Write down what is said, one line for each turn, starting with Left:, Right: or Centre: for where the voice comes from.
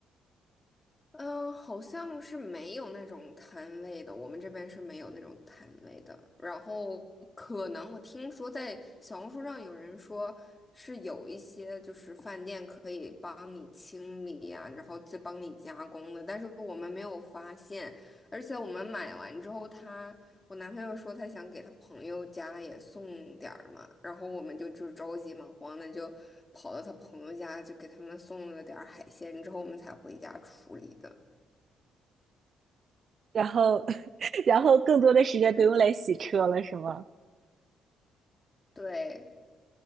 Left: 嗯，好像是没有那种摊位的，我们这边是没有那种摊位的。然后可能我听说在小红书上有人说是有一些就是饭店可以帮你清理呀、然后再帮你加工的，但是我们没有发现，而且我们买完之后它。我男朋友说他想给他朋友家也送点儿嘛，然后我们就就着急忙慌的就跑到他朋友家，就给他们送了点儿海鲜，之后我们才回家处理的。
Right: 然后 <laughs>，然后更多的时间都用来洗车了，是吗？
Left: 对，